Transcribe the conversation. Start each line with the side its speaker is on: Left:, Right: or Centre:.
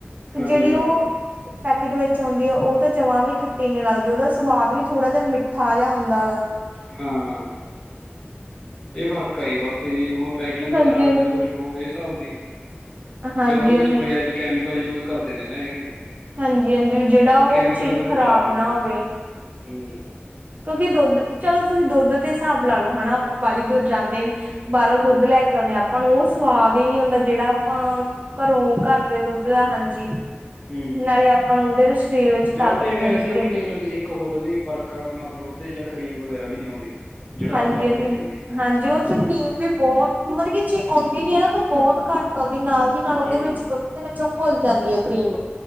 Right: ਤੇ
Left: ਹਾਂਜੀ
Right: ਜਿਹੜੀ
Left: ਹਾਂ
Right: ਉਹ ਪੈਕਟ ਵਿੱਚ ਆਉਂਦੀ ਹੈ ਉਹ ਤਾਂ ਜਮਾਂ ਵੀ ਖੱਟੀ ਨੀ ਲੱਗਦੀ ਉਹਦਾ ਸਵਾਦ ਵੀ ਥੋੜਾ ਜਿਹਾ ਮਿੱਠਾ ਜਿਹਾ ਹੁੰਦਾ ਹੈਗਾ।
Left: ਹਾਂ। ਇਹ ਫਰਕ ਆਈ ਬਸ ਇਹੀ ਓਹ ਪੈਕਿੰਗ
Right: ਹਾਂਜੀ
Left: ਵਗੈਰਾ ਰੱਖਦੇ
Right: ਹਾਂਜੀ
Left: ਨੇ ਕੁਛ ਹੋਰ ਇ ਹਿਸਾਬ ਦੀ
Right: ਹਾਂਜੀ
Left: ਜਾਂ ਉਹਦੇ ਵਿੱਚ
Right: ਹਾਂਜੀ
Left: ਕੋਈ ਇਹੋ ਜਿਹੇ ਕੈਮੀਕਲ ਯੂਜ ਕਰਦੇ ਨੇ ਨਾ ਇਹ।
Right: ਹਾਂਜੀ -ਹਾਂਜੀ ਜਿਹੜਾ
Left: ਪਰ
Right: ਉਹ
Left: ਕੈਮੀਕਲ
Right: ਚੀਜ਼
Left: ਉਹਨੂੰ
Right: ਖਰਾਬ
Left: ਖ਼ਰਾਬ ਨਹੀਂ ਹੋਣ
Right: ਨਾ ਹੋਵੇ।
Left: ਦਿੰਦਾ ਹੂੰ
Right: ਕਿਉਂਕਿ ਦੁੱਧ ਚਲੋ ਤੁਸੀਂ ਦੁੱਧ ਦੇ ਹਿਸਾਬ ਲਾ ਲੋ ਹਨਾ, ਆਪ ਬਾਹਲੀ ਦੁੱਰ ਜਾਂਦੇ ਨੇ ਬਾਹਰੋਂ
Left: ਹੂੰ
Right: ਦੁੱਧ ਲੈ ਕੇ ਆਉਂਣੇ ਹਾਂ ਆਪਾਂ ਉਹ ਸਵਾਦ ਹੀ ਨੀ ਹੁੰਦਾ, ਜਿਹੜਾ ਆਪਾਂ ਘਰੋਂ ਘਰ ਦੇ ਦੁੱਧ ਧਾ ਹਾਂਜੀ।
Left: ਹੂੰ
Right: ਨਾਲੇ ਆਪਾਂ ਨੂੰ ਉਹਦੇ ਸਰੀਰ ਵਿੱਚ ਤਾਕਤ
Left: ਜਾ ਉ ਤੇਵੇ
Right: ਮਿਲਦੀ
Left: ਵੈਸੇ ਉਹ
Right: ਆ
Left: ਵੀ ਦੇਖ ਲੋ ਤੁਸੀਂ। ਇੱਕ ਹੋਰ ਉਹਦੀ ਪਰਖ ਹਾ ਕੇ ਮਤਲਬ ਓ ਤੇ ਜਾਂ ਕਰੀਮ ਵਗੈਰਾ ਵੀ ਨੀ ਆਉਂਦੀ। ਜਿਹੜਾ
Right: ਹਾਂਜੀ
Left: ਆਪਾਂ ਬਾਹਰੋਂ
Right: -ਹਾਂਜੀ,
Left: ਲੈ ਕੇ ਆਈਏ
Right: ਹਾਂਜੀ ਉਹ ਕਰੀਮ ਵੀ ਬਹੁਤ ਮਤਲਬ ਕਿ ਜੇ ਆਉਂਦੀ ਵੀ ਐ ਨ ਹੈ ਨਾ ਤਾਂ ਬਹੁਤ ਘੱਟ ਆਉਂਦੀ ਨਾਲ ਦੀ ਨਾਲ ਉਹਦੇ
Left: ਹੂੰ
Right: ਵਿੱਚ ਦੁੱ ਦੇ ਵਿੱਚੋਂ ਘੁੱਲ ਜਾਂਦੀ ਹੈ ਕਰੀਮ,